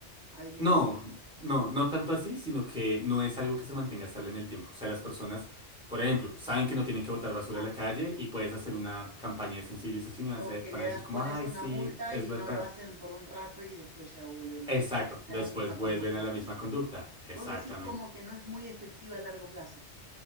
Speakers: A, on the right; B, in the centre.
A: a alguien
B: No,
A: así. <gasps>
B: no, no tanto así, sino que no es algo que se mantenga estable en el tiempo. O sea, las personas, por ejemplo, saben que no tienen que botar basura
A: Ah,
B: a la calle y puedes hacer una campaña de sensibilización y van
A: o
B: a, ser-
A: que le
B: van
A: das,
B: a decir como,
A: pones
B: ay,
A: una
B: sí,
A: multa
B: es
A: y
B: verdad.
A: no lo hacen por un rato y después ya vuelven
B: Exacto,
A: a a
B: después
A: la misma
B: vuelven
A: conducta.
B: a la misma conducta. Exactamente.
A: Vos decís como que no es muy efectiva a largo plazo.